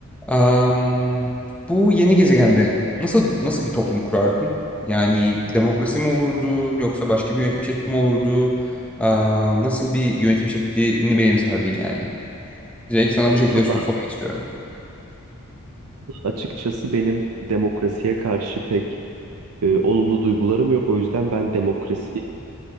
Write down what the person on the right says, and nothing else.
Valla valla
açıkçası benim demokrasiye karşı pek e, olumlu duygularım yok. O yüzden ben demokrasi